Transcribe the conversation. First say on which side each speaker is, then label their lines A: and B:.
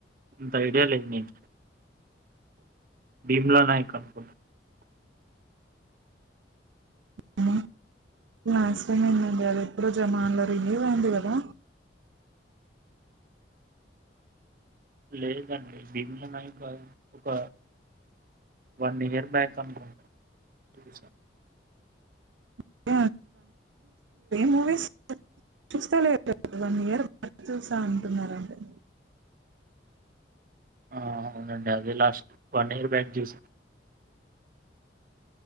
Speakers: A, on the right (about 50°); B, on the right (about 80°).
A: ఇంత ఐడియా లేదు నీక్ భీమ్లనాయక అనుకుంటా
B: హ్మ్ లాస్ట్ టైమ్ ఎందండి అది ఎప్పుడ జమాన్లో రిలీస్ అయింది కదా
A: లేదండి భీమ్లనాయకా ఒక వన్ ఇయర్ బ్యాక్ అనుకుంటా బహుశ
B: <inaudible> మూవీస్ చూస్తా లే వన్ ఇయర్ బ్యాక్ చూసా అంటున్నరంతే
A: ఆ అవునండి అదే లాస్ట్ వన్ ఇయర్ బ్యాక్ చూస్